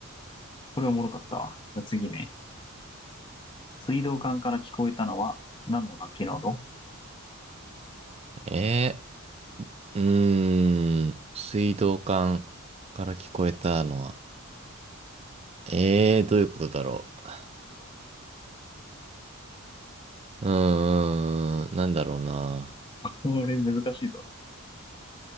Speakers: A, on the left; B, on the right.
A: これおもろかったわ。じゃあ次ね。水道管から聞こえたのは何の楽器の音
B: えー、うーん、水道管から聞こえたのは、えー、どういうことだろう。うーん、なんだろうな。
A: これ難しいぞ。